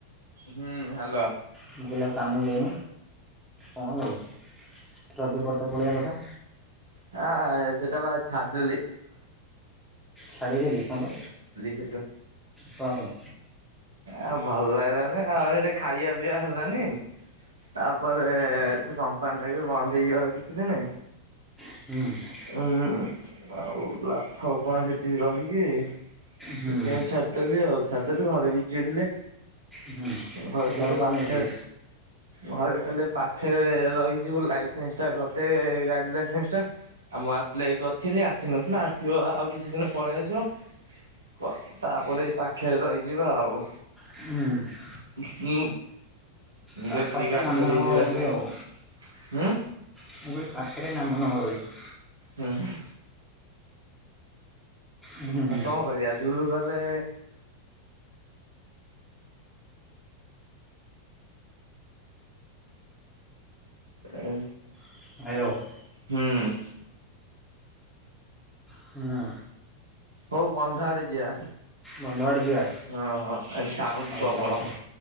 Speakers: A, on the right; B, in the centre.
A: ହୁଁ ହଲୋ।
B: ମୁଁ କହିଲା କାମକୁ ଯାଇନି ଲାଗିଲି ରଜପର୍ଦ ପଳେଇବା କଥା।
A: ହ ସେଟା ବା ଛାଦ
B: ଶାଢ଼ୀରେ ଲେଖାମେ
A: ସେଠୁ।
B: କରମେ
A: ଆ ଭଲ ଲାଗିଲାନ ଆଉ ସେଠି ଖାଇବା ପିଇବା ହେଲାନି ତାପରେ ସେ କମ୍ପାନୀ ଟା ବି ବନ୍ଦ ହେଇଯିବ ଆଉ କିଛି ଦିନ
B: ହୁଁ।
A: ହୁଁ ଆଉ ଲାଫ କଣ ସେଠି ରହିକି।
B: ହୁଁ
A: ସେଥିପାଇଁ ଛାଡିଦେଲି ଆଉ ଛାଡିଦେଲି ଘରେ ବି ଚିଡିଲେ
B: ହୁଁ
A: ଘର କେ
B: ଘରେ କମେଇଥିଲି
A: ପାଖେ ଘରେ କହଲେ ପାଖରେ ରହିଯିବୁ ଲାଇସେନ୍ସ ଟା କରିଦେ ଗାଡି ଲାଇସେନ୍ସ ଟା। ଆଉ ମୁ ଆପ୍ଲ କରିଥିଲି ଆସିନଥିଲା ଆସିବ ଆଉ କିଛି ଦିନ ପଳେଇ ଆସିବ। ତାପରେ ଏଇ ପାଖେରେ ରହିଯିବା ଆଉ।
B: ହୁଁ।
A: ହଁ
B: ପାଖରେ
A: ଜଲ୍ଲି
B: ତ
A: ଗାଡି
B: ନାମ
A: ଧରି
B: ନବ
A: ଯିବା
B: ବି
A: ସେ
B: ଆଉ
A: ହୁଁ
B: ମୁଁ କହିଲି ପାଖରେ ନାମ ନଗର <unintelligible>
A: ହୁଁ ହୁଁ।
B: ହୁଁ
A: ଆ କଣ କରିବା ଦୂରକୁ ଗଲେ ଆଁ
B: <unintelligible>
A: ହୁଁ।
B: ହୁଁ
A: ହଉ ବନ୍ଧ ଆଡ଼େ ଯିବା।
B: ବନ୍ଧ ଆଡ଼େ ଯିବା
A: ହଁ ହଁ ଆଜି ସାଉଣ୍ଡ
B: ହଉ
A: ପ୍ରବଳ।
B: ଚାଲ ଚାଲ